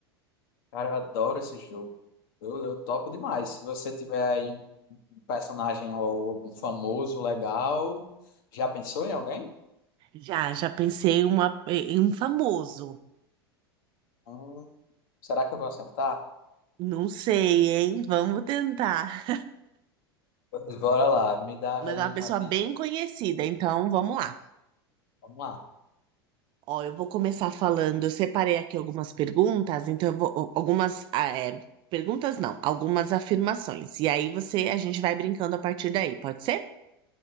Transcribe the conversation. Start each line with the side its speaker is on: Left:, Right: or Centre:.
Left: Cara, eu adoro esse jogo. Eu, eu topo demais. Se você tiver aí um um personagem ou algum famoso legal, já pensou em alguém?
Right: Já, já pensei em uma, em um famoso.
Left: Hum, será que eu vou acertar?
Right: Não sei, hein? Vamos tentar.
Left: Pois Bora lá, me dá
Right: Mas
Left: aí
Right: é uma
Left: uma
Right: pessoa
Left: dica.
Right: bem conhecida, então vamos lá.
Left: Vamos lá.
Right: Ó, eu vou começar falando. Eu separei aqui algumas perguntas, então eu vou. Algumas. ah, é, perguntas não, algumas afirmações. E aí você, a gente vai brincando a partir daí, pode ser?